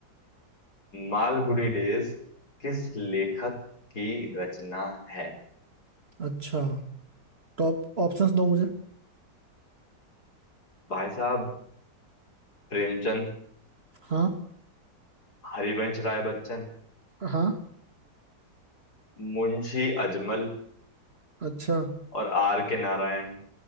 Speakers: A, on the left; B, on the right.
A: मालगुडी डेज किस लेखक की रचना है
B: अच्छा टॉप ऑप्शंस दो मुझे
A: भाई साहब प्रेमचंद
B: हाँ
A: हरिवंश राय बच्चन
B: हाँ
A: मुंशी अजमल
B: अच्छा
A: और आर के नारायण